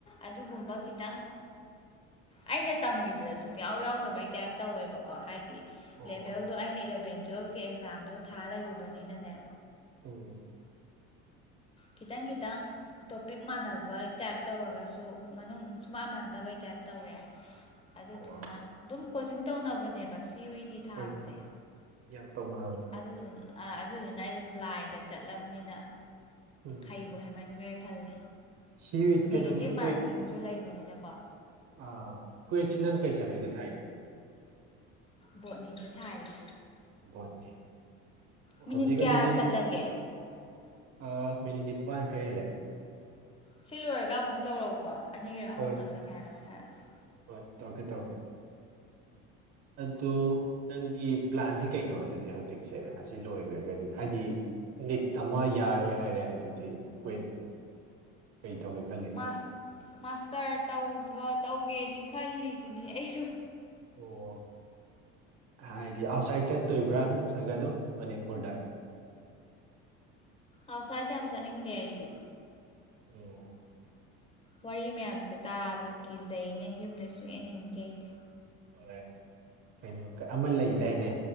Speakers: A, on the left (about 20°); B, on the right (about 55°).
A: ꯑꯗꯨꯒꯨꯝꯕ ꯈꯤꯇꯪ ꯑꯩꯅ ꯇꯝꯒꯤꯕꯗ ꯁꯨꯡ ꯌꯥꯎ ꯌꯥꯎꯗꯕꯩ ꯇꯥꯏꯞ ꯇꯧꯋꯦꯕꯀꯣ ꯍꯥꯏꯗꯤ
B: ꯑꯣ
A: ꯂꯦꯚꯦꯜꯗꯣ ꯑꯩꯅ ꯏꯂꯚꯦꯟ ꯇꯨꯌꯦꯜꯐꯀꯤ ꯑꯦꯛꯖꯥꯝꯗꯣ ꯊꯥ ꯂꯩꯔꯨꯕꯅꯤꯅꯅꯦ
B: ꯎꯝ
A: ꯈꯤꯇꯪ ꯈꯤꯇꯪ ꯇꯣꯄꯤꯛ ꯃꯥꯟꯅꯕ ꯇꯥꯏꯞ ꯇꯧꯔꯒꯁꯨ ꯃꯅꯨꯡ ꯁꯨꯃ ꯃꯥꯟꯗꯕꯩ ꯇꯥꯏꯞ ꯇꯧꯔꯦ ꯑꯗꯨꯗꯨꯅ
B: ꯑꯣ
A: ꯑꯗꯨꯝ ꯀꯣꯆꯤꯡ ꯇꯧꯅꯕꯅꯦꯕ ꯁꯤ ꯌꯨ ꯏ ꯇꯤ ꯊꯥꯕꯁꯦ
B: ꯍꯣꯏ ꯌꯥꯝ ꯇꯧꯅꯕꯅꯦ
A: ꯑꯗꯨꯗꯨꯅ ꯑꯥ ꯑꯗꯨꯗꯨꯅ ꯑꯩꯖꯦ ꯕ꯭ꯂꯥꯏꯟꯗ ꯆꯠꯂꯝꯅꯤꯅ
B: ꯎꯝ
A: ꯍꯩꯕꯨ ꯍꯩꯃꯟꯒ꯭ꯔꯦ ꯈꯜꯂꯦ
B: ꯁꯤ
A: ꯅꯦꯒꯦꯇꯤꯞ
B: ꯀꯩꯅꯣꯁꯤ
A: ꯃꯥꯔꯀꯤꯡꯖꯨ
B: ꯀ꯭ꯋꯦꯠ
A: ꯂꯩꯕꯅꯤꯅꯀꯣ
B: ꯑꯥ ꯀꯨꯋꯦꯠꯁꯤ ꯅꯪ ꯀꯩ ꯁꯞꯖꯦꯛꯇ ꯊꯥꯏꯅꯣ
A: ꯕꯣꯠꯅꯤꯗ ꯊꯥꯏꯌꯦ
B: ꯕꯣꯠꯅꯤ
A: ꯃꯤꯅꯤꯠ
B: ꯍꯧꯖꯤꯛ
A: ꯀꯌꯥ
B: ꯑꯗꯨꯗꯤ
A: ꯆꯠꯂꯒꯦ
B: ꯑꯥ ꯃꯤꯅꯤꯠ ꯅꯤꯄꯥꯥꯟ ꯈꯔ ꯍꯦꯜꯂꯦ
A: ꯁꯤ ꯂꯣꯏꯔꯒ ꯑꯃꯨꯛ ꯇꯧꯔꯛꯎꯀꯣ ꯑꯅꯤꯔꯛ ꯑꯍꯨꯝꯂꯛꯂ
B: ꯍꯣꯏ
A: ꯀꯌꯥꯅꯣꯝ ꯁꯥꯟꯅꯁꯤ
B: ꯍꯣꯏ ꯇꯧꯔꯛꯀꯦ ꯇꯧꯔꯛꯀꯦ ꯑꯗꯣ ꯅꯪꯒꯤ ꯄ꯭ꯂꯥꯟꯁꯤ ꯀꯩꯅꯣ ꯑꯗꯨꯗꯤ ꯍꯧꯖꯤꯛꯁꯦ ꯑꯁꯤ ꯂꯣꯏꯒ꯭ꯔꯒꯗꯤ ꯍꯥꯏꯗꯤ ꯅꯤꯠ ꯑꯃ ꯌꯥꯔꯣꯏ ꯍꯥꯏꯔꯦ ꯑꯗꯨꯗꯤ ꯀꯋꯤꯠ ꯀꯩ ꯇꯧꯒꯦ ꯈꯜꯂꯤ
A: ꯑꯁ ꯃꯥꯁꯇꯔ ꯇꯧꯕ ꯇꯧꯒꯦꯗꯤ ꯈꯜꯂꯤꯁꯤꯅꯤ ꯑꯩꯁꯨ
B: ꯑꯣ ꯍꯥꯏꯗꯤ ꯑꯥꯎꯠꯁꯥꯏꯠ ꯆꯠꯇꯣꯏꯕ꯭ꯔꯥ ꯅꯠꯇ꯭ꯔꯒ ꯑꯗꯨꯝ ꯃꯅꯤꯄꯨꯔꯗ
A: ꯑꯥꯎꯠꯁꯥꯏꯠ ꯁꯤ ꯌꯥꯝ ꯆꯥꯠꯅꯤꯡꯗꯦ ꯑꯩꯗꯤ
B: <unintelligible>
A: ꯋꯥꯔꯤ ꯃꯌꯥꯝꯁꯦ ꯇꯥꯕꯗ ꯀꯤꯖꯩꯅꯦ ꯌꯨꯝꯗꯩ ꯁꯨꯡꯍꯦꯟ ꯍꯦꯟꯅꯤꯡꯗꯦ ꯑꯩꯗꯤ
B: ꯍꯣꯏ ꯀꯩꯅꯣ ꯑꯃ ꯂꯩꯗꯥꯏꯅꯦ